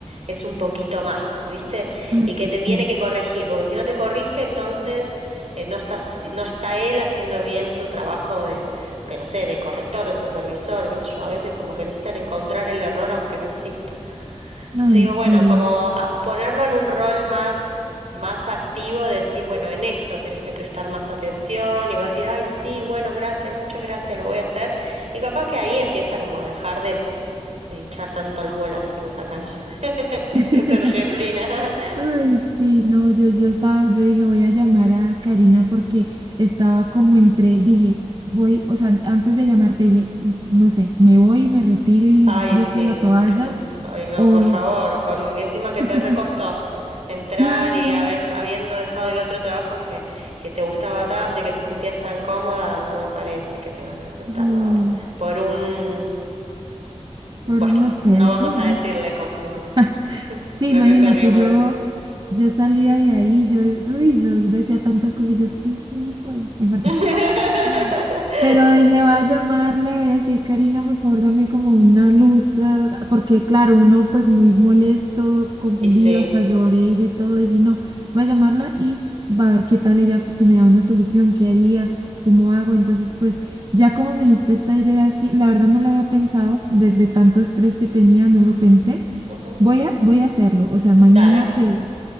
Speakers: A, on the right; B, on the right.
A: es un poquito más, viste,
B: Ay,
A: y que te
B: sí.
A: tiene que corregir, porque si no te corrige, entonces eh, no estás haci- no está él haciendo bien su trabajo de, de, no sé, de corrector, de supervisor, qué sé yo, a veces como que necesitan encontrar el error aunque no exista. Entonces
B: Ay,
A: digo,
B: sí.
A: bueno, como a- ponerlo en un rol más, más activo, de decir, bueno, en esto tenés que prestar más atención y vos decir, ay, sí, bueno, gracias, muchas gracias, lo voy a hacer. Y capaz que ahí empieza como a dejar de, de hinchar tanto las bolas, decimos acá en <laughs>
B: <laughs>
A: en Argentina.
B: Ay, sí, no, yo, yo estaba, yo dije, voy a llamar a Karina porque estaba como entre, dije, voy, o sea, an- antes de llamarte dije, "N- no sé, me voy, me retiro y
A: Ay,
B: boto
A: sí,
B: la toalla,
A: me imagino. Ay, no,
B: o,
A: por favor, con encima que
B: <laughs>
A: te recostó entrar
B: claro,
A: y haber, habiendo dejado el otro trabajo que, que te gustaba tanto y que te sentías tan cómoda, no me parece que tengas que soltarlo
B: sí,
A: ahora. Por un, bueno,
B: pero no sé,
A: no
B: este
A: vamos
B: es,
A: a decirle como lo,
B: <laughs>
A: <laughs>
B: sí,
A: lo
B: imagínate,
A: que querríamos
B: yo,
A: decir.
B: yo salía de ahí, yo, uy, yo decía tantas cosas, y yo, este es un hijo, de-", mejor dicho.
A: <laughs>
B: Mm. Pero dije, voy a llamarle, voy a decir, Karina, por favor, dame como una luz, eh, porque claro, uno pues muy molesto, confundido,
A: Y sí.
B: hasta lloré y de todo. Dije, no, voy a llamarla y va a ver qué tal ella, si me da una solución, qué haría, cómo hago. Entonces, pues ya como me diste esta idea, sí, la verdad no la había pensado, de, de tanto estrés que tenía, no lo pensé.
A: Ujú.
B: Voy a, voy a hacerlo, o sea, mañana
A: Dale.
B: que